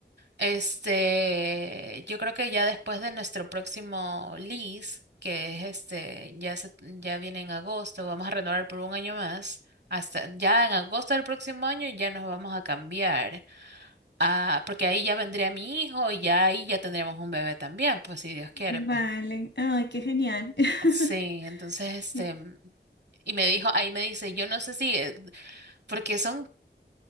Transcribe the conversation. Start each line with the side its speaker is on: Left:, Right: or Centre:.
Right: este yo creo que ya después de nuestro próximo lease, que es este ya se, ya viene en agosto, vamos a renovar por un año más. Hasta ya en agosto del próximo año ya nos vamos a cambiar. Ah, porque ahí ya vendría mi hijo y ya ahí ya tendríamos un bebé también, pues si Dios quiere,
Left: vale.
Right: pues.
Left: Ay, qué genial. <laughs>
Right: Sí, entonces este,
Left: Qué-
Right: y me dijo, ahí me dice, yo no sé si, eh, porque son,